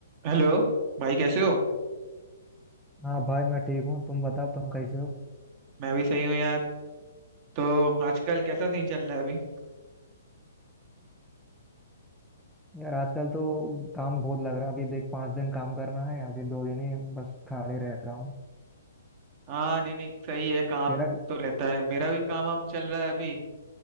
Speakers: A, on the right; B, in the centre.
A: हेलो भाई कैसे हो
B: हाँ भाई मैं ठीक हूँ तुम बताओ तुम कैसे हो
A: मैं भी सही हूँ यार तो आजकल कैसा सीन चल रहा है अभी
B: यार आजकल तो काम बहुत लग रहा है अभी देख पाँच दिन काम करना है अभी दो दिन ही बस खाली रह रहा हूँ
A: हाँ नहीं नहीं सही है काम
B: तेरा
A: तो रहता है मेरा भी काम वाम चल रहा है अभी